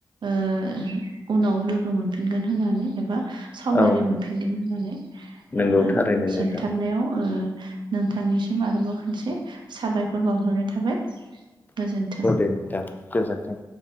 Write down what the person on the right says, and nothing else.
ओ उनाव लोगो मोन फिनगोन होननानै एबा सावरायनो
मोनफिनगोन होननानै
ओ
जोबथारनायाव
ओ नोंथांनिसिम आरोबाव खनसे साबायखर बावहरनाय थाबाय गोजोन्थों